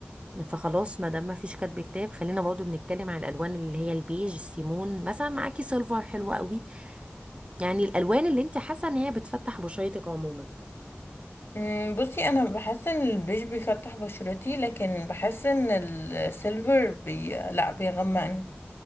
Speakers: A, on the right; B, on the left.
A: فخلاص ما دام ما فيش كاتب كتاب خلينا برضو بنتكلم عن الالوان اللي هي البيج السيمون مثلا معاكي سيلفر حلو قوي يعني الالوان اللي انت حاسه ان هي بتفتح بشرتك عموما
B: مم، بصي انا بحس ان البيج بيفتح بشرتي لكن بحس ان السيلفر بي لا بيغمقني